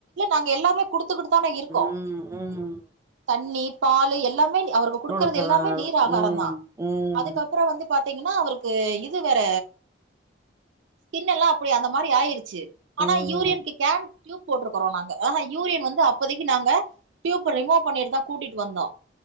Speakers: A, on the right; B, on the right.
A: அங்க எல்லாமே குடுத்து குட்டுதான இருக்கோ
B: ம் ம்
A: தண்ணி பாலு எல்லாமே அவருக்கு குடுக்குறது
B: குடுக்குறனால
A: எல்லாமே நீர் ஆகாரந்தா
B: ம் ம்
A: அதுக்கப்றோ வந்து பாத்திங்கன்னா அவருக்கு இது வேற ஸ்கின்னெல்லா அப்புடி அந்த மாரி ஆயிரு ச்சு ஆனா
B: ம்
A: யூரின்க்கு கேன் டியூப் போட்ருக்கறோ நாங்க யூரின் வந்து அப்பதைக்கு நாங்க டியூப்ப ரிமூவ் பண்ணிட்டுதா கூட்டிட் வந்தோ